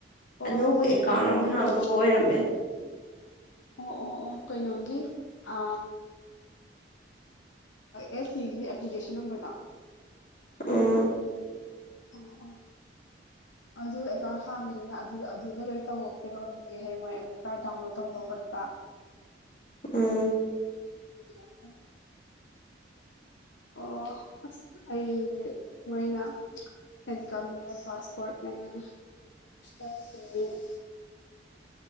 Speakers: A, on the left (about 75°); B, on the left (about 45°).
A: ꯑꯣ
B: ꯑꯅꯧꯕ ꯑꯦꯀꯥꯎꯟ
A: ꯀꯩꯅꯣꯒꯤꯗꯣ
B: ꯑꯃ ꯍꯥꯡꯗꯨꯕ ꯑꯣꯏꯔꯝꯃꯦ
A: ꯑꯣ ꯑꯣ ꯑꯣ ꯀꯩꯅꯣꯒꯤ ꯑ ꯑꯦ ꯁꯤꯒꯤ ꯑꯦꯄ꯭ꯂꯤꯀꯦꯁꯟ ꯅꯝꯕꫪꯗꯣ
B: ꯎꯝ
A: ꯑꯣ ꯑꫭ ꯑꯗꯨ ꯑꯦꯀꯥꯎꯟ ꯍꯥꯡꯉꯤꯗꯅ ꯑꯗꯨ ꯑꯗꯨꯗ ꯂꯣꯏ ꯇꯧꯔꯛꯇꯨꯑꫭꯏꯔꯣꯝꯅꯤ ꯍꯌꯦꯡꯋꯥꯏ ꯑꯦꯗꯃꯤꯇ ꯀꯥꫪꯠ ꯗꯥꯎꯟꯂꯣꯗ ꯇꯧꯕ ꯈꯣꯠꯄ <inaudible>
B: ꯎꯝ
A: <unintelligible> ꯑꯣ ꯑꯁ ꯑꯩ ꯃꯣꯏꯅ ꯏꯟꯀꯝꯅꯦ ꯄꯥꯁꯄꯣꫪꯠꯅꯦ <unintelligible>